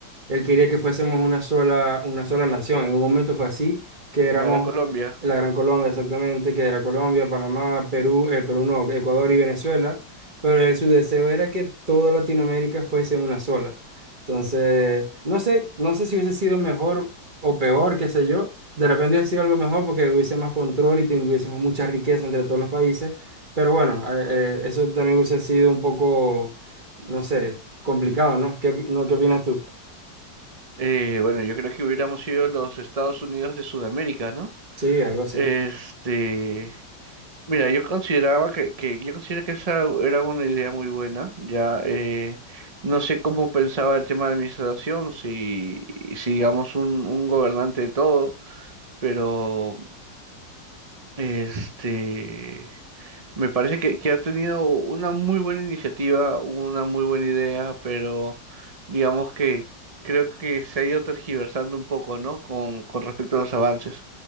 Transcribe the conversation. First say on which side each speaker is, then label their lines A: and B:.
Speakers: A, on the right (about 25°); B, on the right (about 55°).
A: él quería que fuésemos una sola, una sola nación, en un momento fue así, que éramos
B: La Gran Colombia.
A: la Gran Colombia exactamente, que era Colombia, Panamá, Perú, eh, Perú no, Ecuador y Venezuela, pero él, su deseo era que toda Latinoamérica fuese una sola. Entonces, no sé, no sé si hubiese sido mejor o peor, qué sé yo. De repente hubiese sido algo mejor porque hubiese más control y tuviésemos mucha riqueza entre todos los países. Pero bueno, eh, eh, eso también hubiese sido un poco, no sé, complicado, ¿no? ¿Qué, opi- no, qué opinas tú?
B: Eh, bueno, yo creo que hubiéramos sido los Estados Unidos de Sudamérica, ¿no?
A: Sí, algo así.
B: Este. Mira, yo consideraba que, que yo considero que esa era una idea muy buena. Ya eh, no sé cómo pensaba el tema de administración, si, si digamos un, un gobernante de todo, pero este me parece que, que ha tenido una muy buena iniciativa, una muy buena idea, pero digamos que creo que se ha ido tergiversando un poco, ¿no? Con, con respecto a los avances.